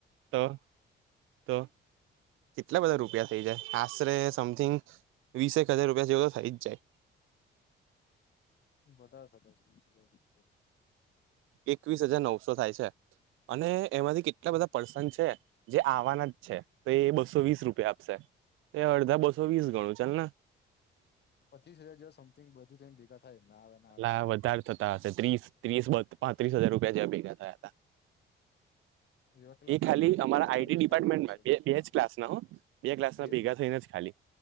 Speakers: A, on the right (about 90°); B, on the left (about 55°).
A: તો તો કેટલા બધા રૂપિયા થઈ જાય. આશરે સમથિંગ વીસેક હજાર રૂપિયા જેવ તો થઈ જ જાય.
B: વધારે થતા હશે વીસ હજારથી ઉપર
A: એકવીસ હજાર નવસો થાય છે અને એમાંથી કેટલા બધા પર્સન છે. જે આવવાના જ છે. તો એ બસો વીસ રૂપિયા આપશે. એ અડધા બસો વીસ ગણું ચલને
B: પચીસ હજાર જેવા સમથિંગ બધું થઈને ભેગા થાય ના આવે ના
A: એટલા
B: આવે થઈને તોય.
A: વધારે થતા હશે ત્રીસ ત્રીસ પાંત્રીસ હજાર રૂપિયા જેવા ભેગા થયા હતા.
B: એવા કેટલા
A: એ
B: ક્લાસ
A: ખાલી
B: તમે કેટલા
A: અમારા
B: બધા
A: આઈટી
B: મિસ
A: ડિપાર્ટમેન્ટમાં
B: હશે
A: બે બે જ ક્લાસના હો. બે ક્લાસના
B: એ જ
A: ભેગા
B: ને
A: થઈને જ ખાલી.